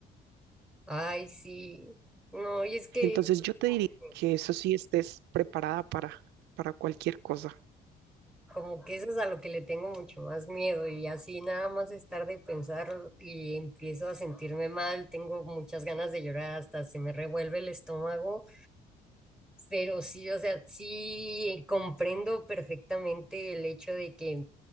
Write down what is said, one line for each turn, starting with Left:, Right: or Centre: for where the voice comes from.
Centre: Ay, sí. No, y es que
Right: Entonces
Centre: eso es
Right: yo te
Centre: como
Right: diría que eso sí estés preparada para, para cualquier cosa.
Centre: como que eso es a lo que le tengo mucho más miedo y así nada más estar de pensar y empiezo a sentirme mal, tengo muchas ganas de llorar, hasta se me revuelve el estómago, pero sí, o sea, sí eh, comprendo perfectamente el hecho de que